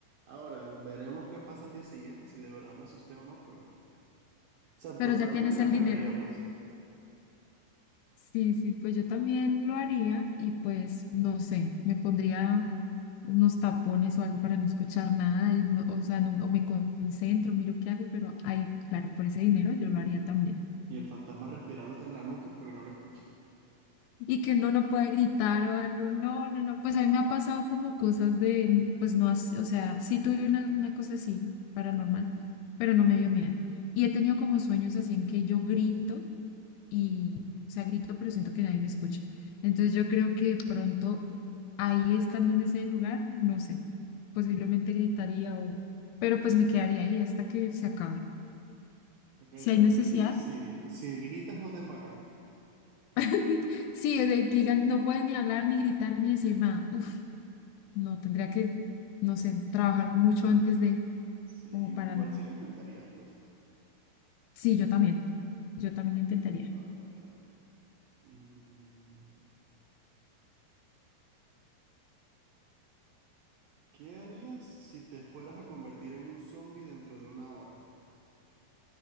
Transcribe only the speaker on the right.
Ahora, veremos qué pasa al día siguiente, si de verdad me asusté o no, pero... O sea,
totalmente
me
atrevería,
pues.
Y el fantasma respirándote en la nuca porque no lo escuchas.
Ok,
pero
es que si, si, si gritas no te pagan.
Mm,
Sí,
i-
igual sí lo intentaría, pues.
A,
a ver, a ver, a ver. Mm, ¿qué harías si te fueras a convertir en un zombie dentro de una hora?